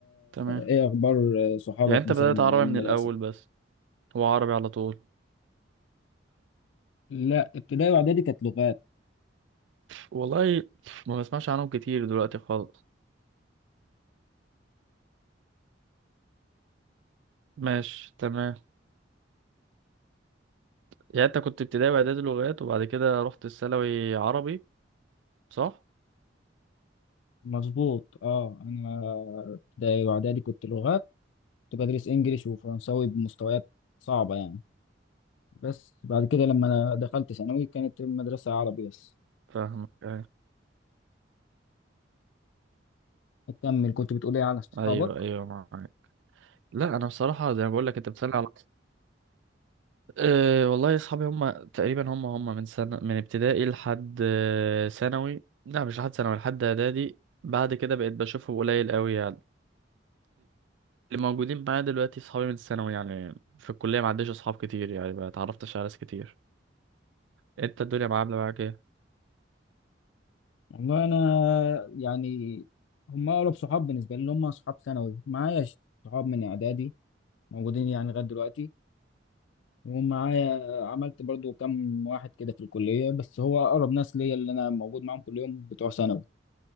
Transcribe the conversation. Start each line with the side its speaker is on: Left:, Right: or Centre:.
Right: تمام
Left: ايه اخبار صحابك
Right: يعني انت
Left: مثلا
Right: بدأت
Left: من
Right: عربي
Left: ايام المدرسه
Right: من الأول بس هو عربي على طول
Left: لا ابتدائي واعدادي كانت لغات
Right: والله ما بسمعش عنهم كتير دلوقتي خالص ماشي تمام يعني انت كنت ابتدائي وإعدادي لغات وبعد كده رحت الثانوي عربي صح؟
Left: مظبوط اه انا ابتدائي واعدادي كنت لغات كنت بدرس انجليش وفرنساوي بمستويات صعبه يعني بس بعد كده لما انا دخلت ثانوي كانت المدرسه عربي بس
Right: فاهمك أيوة
Left: اكمل كنت بتقول ايه على صحابك
Right: أيوه أيوه معاك لا أنا بصراحة زي ما بقول لك أنت بتسألني على أه والله أصحابي هم تقريبا هم هم من سنة من ابتدائي لحد آه، ثانوي لا مش لحد ثانوي لحد إعدادي بعد كده بقيت بشوفهم قليل قوي يعني اللي موجودين معايا دلوقتي صحابي من الثانوي يعني في الكلية ما عنديش أصحاب كتير يعني ما اتعرفتش على ناس كتير أنت الدنيا معاملة معاك إيه؟
Left: والله انا يعني هم اقرب صحاب بالنسبه لي اللي هم صحاب ثانوي معايا صحاب من اعدادي موجودين يعني لغايه دلوقتي ومعايا عملت برضو كام واحد كده في الكلية بس هو أقرب ناس ليا اللي أنا موجود معاهم كل يوم بتوع ثانوي